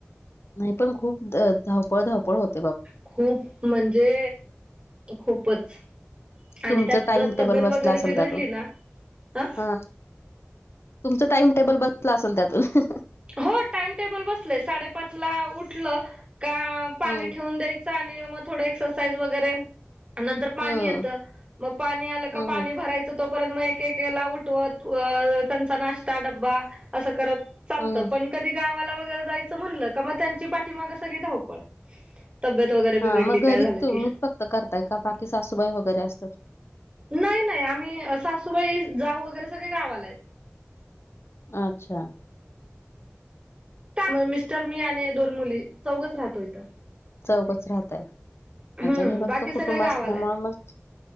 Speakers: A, on the left (about 60°); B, on the right (about 20°).
A: नाही पण खूप धावपळ धावपळ होती.
B: खूप म्हणजे खूपच. आणि
A: तुमचं
B: त्यात
A: टाइम
B: जर तब्येत
A: टेबल बसला
B: वगैरे
A: असेल
B: बिघडली
A: त्यातून
B: अ.
A: हा तुमचं टाइम टेबल बसलं असेल त्यात.
B: हो टाइम टेबल बसलय साडेपाच ला उठलं का पाणी
A: हम्म
B: ठेवून द्यायच. <unintelligible> आणि मग थो एक्सरसाईइज वगैरे नंतर पाणी
A: हम्म
B: येतं मग पाणी आलं का
A: हम्म
B: पाणी भरायचं. तो पर्यंत मग एक एक आला उठवत अ त्यांचा नाश्ता डब्बा असं करत. चालतं
A: हम्म.
B: पण कधी गावाला वगैरे जायचं म्हणलं का मग त्यांची पाठीमाग सगळी धावपळ. तब्येत वगैरे
A: हां,
B: बिघडली
A: मग
B: काय
A: घरी
B: झालं
A: तुम्हीच
B: की,
A: फक्त करताय का बाकी सासूबाई वगैरे असतात.
B: नाही नाही आम्ही सासूबाई जाऊ वगैरे सगळे गावाला आहेत.
A: अच्छा.
B: त्यामुळे मिस्टर मी आणि दोन मुली चौघच राहतो इथं.
A: चौकच राहतय म्हनजे
B: हम्म
A: विभक्त
B: बाकी
A: कुटुंब
B: सगळे गावाला
A: असल्यामुळे
B: आहेत
A: मग.